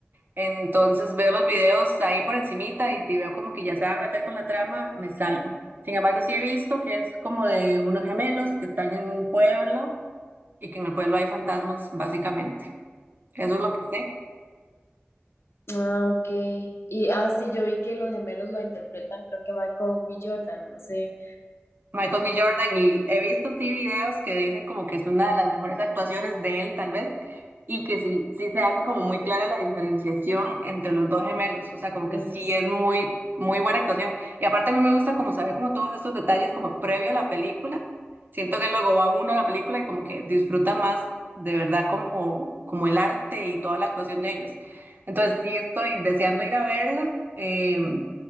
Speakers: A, on the right; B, on the left.
A: Entonces veo los videos ahí por encimita y si veo como que ya se van a meter con la trama, me salgo. Sin embargo, sí he visto que es como de unos gemelos que están en un pueblo y que en el pueblo hay fantasmas, básicamente. Eso es lo que sé.
B: Ah, ok. Y ah, sí, yo vi que los gemelos lo interpretan, creo que Michael B. Jordan, no sé,
A: Michael B. Jordan y he visto sí videos que dicen como que es una de las mejores actuaciones de él, tal vez, y que sí, sí se hace como muy clara la diferenciación entre los dos gemelos, o sea,
B: los
A: como
B: gemelos.
A: que sí es muy, muy buena actuación. Y aparte a mí me gusta como saber como todos estos detalles como previo a la película. Siento que luego va uno a la película y como que disfruta más de verdad como, como el arte y toda la actuación de ellos. Entonces sí estoy deseando ir a verla. em,